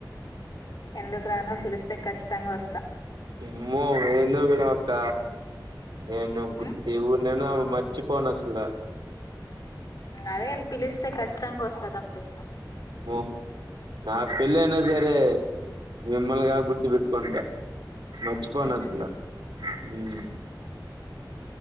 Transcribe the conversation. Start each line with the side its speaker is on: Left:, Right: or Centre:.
Left: ఎందుకు రాను పిలిస్తే ఖచ్చితంగా వస్తా
Right: ఆమ్మో ఎందుకు పిలవన్ అక్క నేను గత్తి
Left: ఉమ్
Right: ఎవరూయినా మర్చిపోనా అసలా
Left: అదే పిలిస్తే ఖచ్చితంగా వస్తా తమ్ముడు
Right: ఓ ఆ పిల్లయినా సరే మీమ్మల్గా గుర్తుబెట్కుంట వచ్చిపోనాస్సలా
Left: ఉమ్
Right: గా ఉమ్